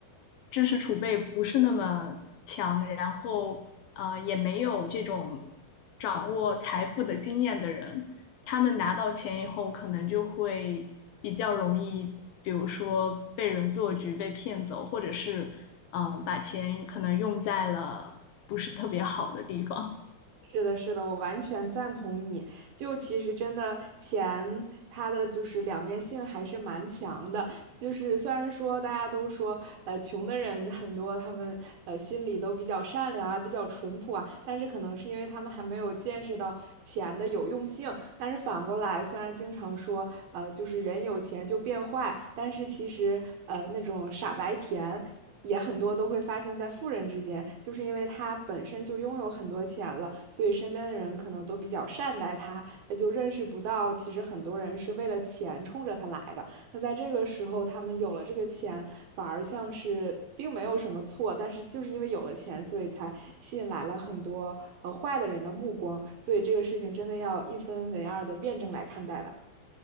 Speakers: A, on the left (about 70°); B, on the right (about 65°).
A: 知识储备不是那么强，然后呃也没有这种掌握财富的经验的人，他们拿到钱以后，可能就会比较容易，比如说被人做局、被骗走，或者是嗯把钱可能用在了不是特别好的地方。
B: 是的，是的，我完全赞同你。就其实真的钱，它的就是两面性还是蛮强的。就是虽然说大家都说，呃，穷的人很多，他们呃心里都比较善良啊，比较淳朴啊，但是可能是因为他们还没有见识到钱的有用性。但是反过来，虽然经常说，呃，就是人有钱就变坏，但是其实呃那种傻白甜。也很多都会发生在富人之间，就是因为他本身就拥有很多钱了，所以身边的人可能都比较善待他，他就认识不到，其实很多人是为了钱冲着他来的。那在这个时候，他们有了这个钱，反而像是并没有什么错，但是就是因为有了钱，所以才吸引来了很多呃坏的人的目光。所以这个事情真的要一分为二的辩证来看待吧。